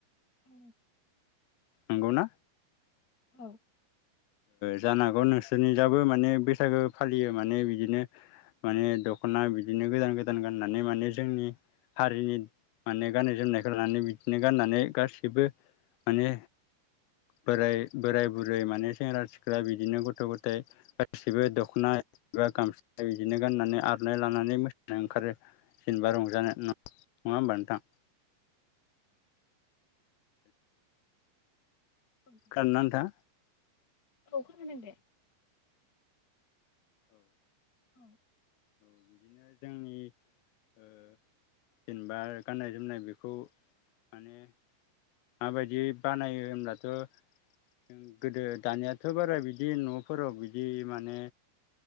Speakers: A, on the left (about 50°); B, on the left (about 85°).
A: औ
B: नंगौना
A: औ
B: जानो हागौ नोंसोरनिजाबो माने बैसागो फालियो माने बिदिनो माने दख'ना बिदिनो गोदान गोदान गाननानै माने जोंनि हारिनि माने गाननाय जोमनायखौ लानानै बिदिनो गाननानै गासिबो माने बोराय बोराय बुरै माने सेंग्रा सिख्ला बिदिनो गथ' गथाय गासिबो दख'ना एबा गामसा बिदिनो गाननानै आर'- नाय लानानै मोसानो ओंखारो जेनेबा रंजानो नङा होमबा नोंथां।
A: औ
B: खोनादों ना नोंथा?
A: औ खोनादों दे।
B: औ
A: औ
B: औ जोंनि जेनेबा गाननाय जोमनाय बेखौ माने माबायदि बानायो होमब्लाथ' जों गोदो दानियाथ' बारा बिदि न'फोराव बिदि माने